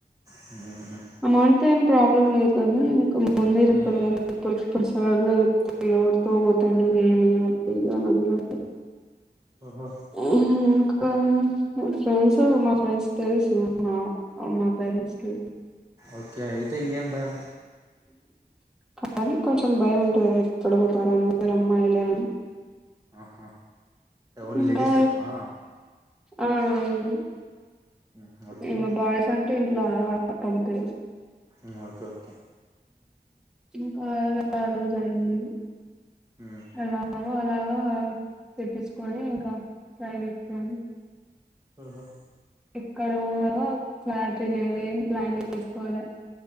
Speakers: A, on the right; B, in the centre.
A: హుమ్హు
B: అమౌంట్ ఏం ప్రాబ్లం లేదు గనీ ఇంక ముందే చెప్పాలి
A: మ్మ్
B: గదా ఇప్పుడు కిప్పుడు సడన్ గా చెప్తే ఎవరితో పోతాం ఏమి ఇంద్ర నడిగా
A: ఓహో
B: హుమ్ ఇంకా మ ఫ్రెండ్స్ మా ఫ్రెండ్స్ తెలుసు మ మా పేరెంట్స్ కి
A: ఓకే అయితే ఇంకేం భయం
B: కానీ కొంచెం భయం ఉంటది ఎక్కడకుపోతారొ అందరు అమ్మాయిలే అని
A: ఆహా ఒన్లీ
B: ఇంకా
A: లేడీస్ ట్రిప్ ఆ
B: ఆ అవునండీ
A: ఉమ్ ఓకే
B: ఇంగ బయ్స్ అంటే ఇం లా అతన్ పేరు
A: మ్ ఓకే ఓకే
B: ఇంకా ఆ రోజు అయింది
A: మ్మ్
B: అలావా అలాగా తెప్పంచుకొని ఇంకా ట్రైన్యేక్కను
A: ఓహో
B: ఎక్కడి పోవాలో క్లారిటీ లేదు ఏం ప్లాన్ చేసుకోలే